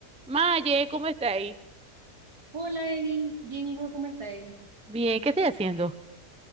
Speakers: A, in the centre; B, on the right.
A: Maye, ¿cómo está ahí?
B: Hola Eli, bien y vos, ¿cómo estáis?
A: Bien, ¿qué estoy haciendo?